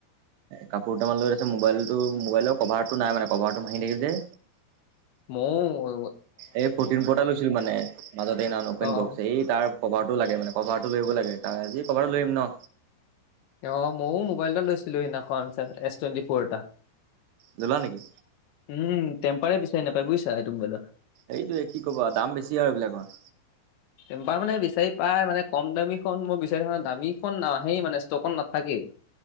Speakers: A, on the right; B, on the left.
A: কাপোৰ তামান লগত আছে মোবাইলতটো মোবাইলৰ কভাৰটো নাই মানে কভাৰটো ভাঙি থাকিল যে।
B: মই
A: এই ফৰটিন পটা লৈছিলো মানে মাজতে এই ন অপেন
B: অ
A: বক্স এই তাৰ। কভাৰটো লাগে মানে কভাৰটো লৈ আহিব লাগে আজি কভাৰটো লৈ আহিম ন।
B: অ ময়ো মোবাইল এটা লৈছিলো সিদিনাখন এছ টুৱেণ্টি ফ'ৰ এটা।
A: দিলা নেকি?
B: উম টেম্পাৰে বিচাৰি নাপায় বুইছা এইটো মোবাইলৰ।
A: এইটোৱে কি ক'বা, দাম বেছি আৰু এইবিলাকৰ।
B: টেম্পাৰ মানে বিচাৰি পায় মানে কম দামীখন মই বিচাৰি থা দামীখন নাহেই মানে ষ্টকত নাথাকেই।